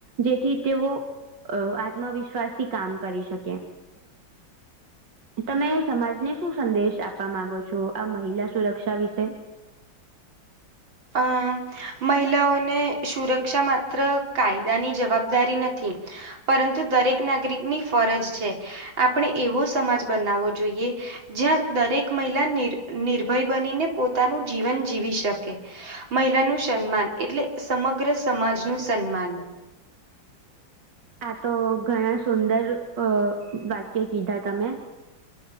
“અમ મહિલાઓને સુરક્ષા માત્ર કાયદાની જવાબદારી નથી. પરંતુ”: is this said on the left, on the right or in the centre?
Right